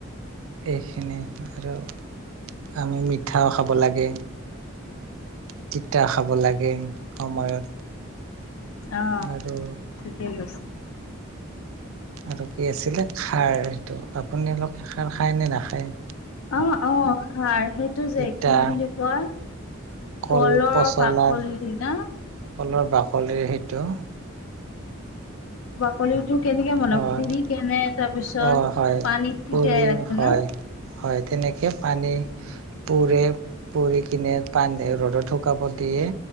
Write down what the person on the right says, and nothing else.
এইখিনি আৰু আমি মিঠাও খাব লাগে। তিতা খাব লাগে সময়ত
আৰু
আৰু কি আছিলে খাৰ সেইটো, আপুনি লোক খাৰ খায় নে নাখায়?
তিতা
কল
পচলাৰ
কলৰ বাকলিৰ সেইটো
হয়
অ', হয়
পুৰি
হয়
হয় তেনেকে পানী পুৰে পুৰি কিনে পানী ৰ'দত শুকাব দিয়ে।